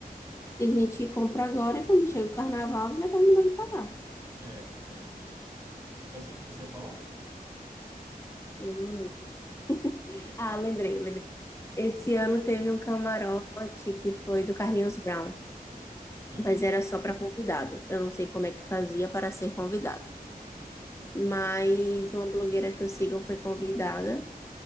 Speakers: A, on the left; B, on the right.
A: Tem gente que compra agora e quando chega o carnaval já terminou de pagar.
B: É, é. Mas o que que você fala
A: Eu não lembro. Ah, lembrei, lembrei. Esse ano teve um camarote que foi do Carlinhos Brown,
B: Sim,
A: mas era só pra convidado. Eu não sei como é que fazia para ser convidado. mas uma blogueira que eu sigo foi convidada.